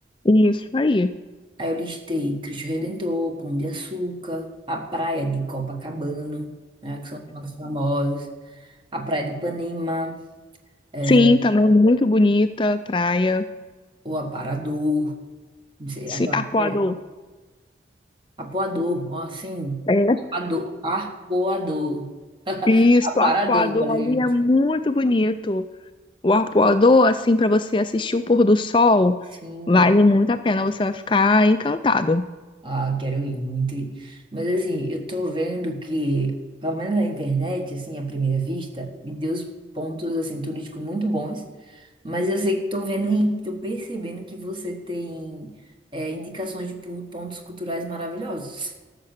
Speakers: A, on the left (about 25°); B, on the right (about 25°).
A: isso aí.
B: Aí eu listei Cristo Redentor, Pão de Açúcar, a praia de Copacabana, né, que são os mais famosos, a praia de Ipanema, é,
A: Sim, também é muito bonita a praia.
B: o Aparador, não sei,
A: Sim,
B: aquela
A: Arpoador.
B: praia, Apoador, ó, assim,
A: É.
B: Apoador, Arpoador, <laughs>
A: Isso,
B: Aparador,
A: o Arpoador
B: valeu,
A: ali é muito bonito. O Arpoador, assim, para você assistir o pôr do sol,
B: sim.
A: vale muito a pena, você vai ficar encantado.
B: Ah, quero ir muito. ir. Mas assim, eu tô vendo que, pelo menos na internet, assim, à primeira vista, me deu os pontos, assim, turísticos muito bons. Mas eu sei que tô vendo e tô percebendo que você tem é, indicações de pu- pontos culturais maravilhosos. <laughs>